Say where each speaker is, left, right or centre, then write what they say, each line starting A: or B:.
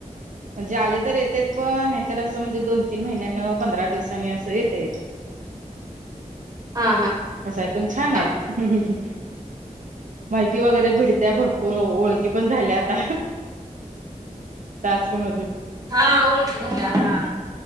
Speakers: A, on the right (about 65°); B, on the right (about 25°).
A: म्हणजे आले तर येतेत पण, नाही तर असं म्हणजे दोन तीन महिन्यानं, पंधरा दिवसांनी असं येतेत.
B: हा.. हा.
A: कस आहे? पण, छान आहेत.
B: हा.
A: माहिती वगैरे भेटत्या, भरपूर ओळखी पण झाल्यात. टास्क मधून.
B: हा ओळखी झाल्या, हा.